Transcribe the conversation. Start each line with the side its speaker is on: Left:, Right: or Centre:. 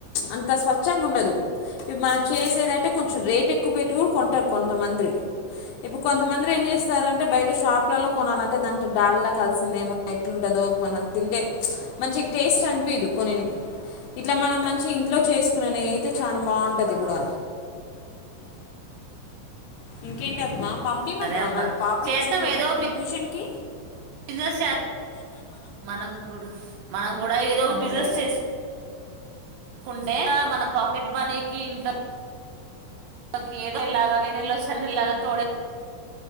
Left: అంత స్వచ్ఛంగా ఉండదు. ఇవి మనం చేసేదంటే కొంచెం రేట్ ఎక్కువ పెట్టి కూడా కొంటారు కొంతమందిరి ఇప్పు కొంతమందిరి ఏం చేస్తారన్ బయట షాప్లలో కొనాలంటే దాట్ డల్ కలిసిందే ఎట్లుంటదో మనం తింటే మంచి టేస్ట్ అనిపిదు కొన్ని ఇట్లా మనం మంచిగ ఇంట్లో చేసుకునే నెయ్యి అయితే చాలా బాగుంటది కూడా. ఇంకేంటిమా పంపియమంటామా
Right: సరే అబ్బా
Left: మరి పాపని
Right: చేద్దాం
Left: స్కూ
Right: ఏదో
Left: ట్యూషన్ కి
Right: బిజినెస్ చేస్ మనం కూడా మనం గూడా ఏదో ఒక
Left: అదే
Right: బిజినెస్ చేసు కుంటే మన పాకెట్ మనీకి ఇంట్లో కి ఏదో ఇలాగావేనిలో చన్నీలాద తోడు